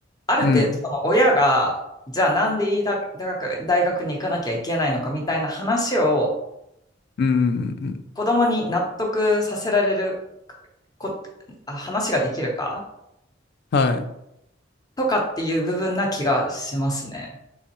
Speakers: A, on the left (about 20°); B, on the left (about 55°).
A: ある程度、
B: い。うん、
A: その親が、じゃあなんでいいだ大学、大学に行かなきゃいけないのかみたいな話を
B: うん、うん
A: 子供に納得させられるこ、あ、話ができるか
B: はい。
A: とかっていう部分な気がしますね。